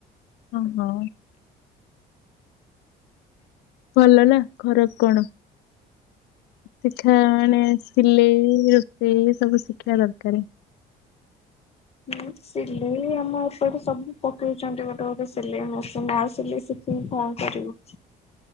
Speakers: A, on the left (about 85°); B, on the left (about 35°).
A: ଓହୋ। ଭଲ ନା ଖରାପ କଣ ଶିଖା ମାନେ ସିଲେଇ ରୋଷେଇ ସବୁ ଶିଖା ଦରକାର କାରେ
B: ଁ ସିଲେଇ ଆମ ଏପଟେ ସବୁ ପକେଇଛନ୍ତି ଗୋଟେ ଗୋଟେ ସିଲେଇ ମେସିନ ସିଲେଇ ଶିଖିକି କଣ କରିବୁ।